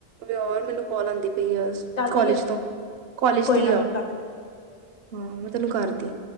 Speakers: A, on the right; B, on the left.
A: ਵਿਆਂਣ, ਮੈਨੂੰ ਕੌਲ ਆਦੀ ਪਈ ਆ ਸ
B: ਕਾਹਦੀ
A: ਕੋਲੇਜ
B: ਹੈ
A: ਤੋਂ ਕੋਲੇਜ
B: ਕੋਈ
A: ਦੀ
B: ਨਾ
A: ਆ।
B: ਫਿਰ ਕੱਟ ਦੇ ਰੁਕ ਜਾ।
A: ਹੂੰ! ਮੈਂ ਤੈਨੂੰ ਕਰਤੀ।